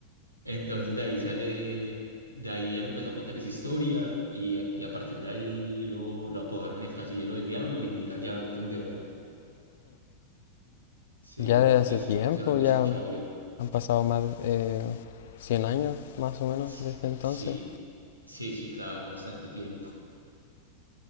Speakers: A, on the right; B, on the left.
A: Entonces de ahí sale, de ahí él empezó a contar esa historia y, a- y a partir de ahí lo, lo apodaron el casillero del diablo y mira ya dónde van. Sí,
B: Ya de hace
A: pues
B: tiempo,
A: eso es lo que
B: ya
A: he escuchado
B: han
A: yo.
B: pasado más de 100 años más o menos
A: S-
B: desde entonces.
A: Sí, sí, sí, claro, bastante tiempo.